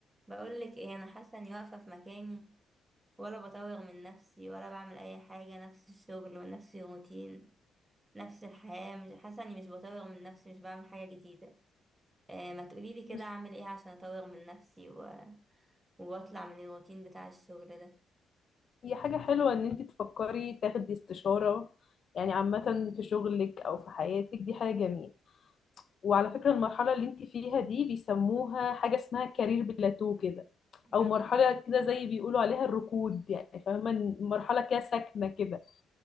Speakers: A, on the right; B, on the left.
A: بقولك ايه انا حاسه اني واقفه في مكاني ولا بطور من نفسي ولا بعمل اي حاجه نفس الشغل ونفس الروتين نفس الحياه مش حاسه اني مش بطور من نفسي مش بعمل حاجه جديده آه ما تقوليلي كده
B: بس
A: اعمل ايه عشان اطور من نفسي و... واطلع من الروتين بتاع الشغل ده
B: هي حاجة حلوة ان انت تفكري تاخدي استشارة يعني عامة في شغلك او في حياتك دي حاجة جميلة وعلى فكرة المرحلة اللي انت فيها دي بيسموها حاجة اسمها كارير بلاتو كده
A: مم.
B: او مرحلة كده زي بيقولوا عليها الركود يعني فاهمة إن مرحلة كده ساكنة كده